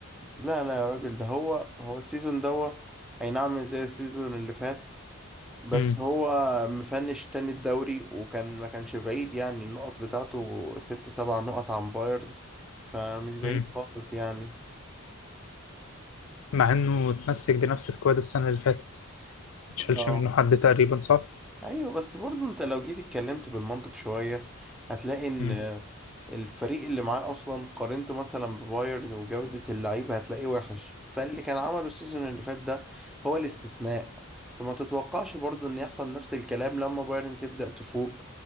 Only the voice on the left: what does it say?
امم
امم
مع إنه اتمسك بنفس سكواد السنة اللي فاتت ما تشالش
منه حد تقريبا صح؟
مم.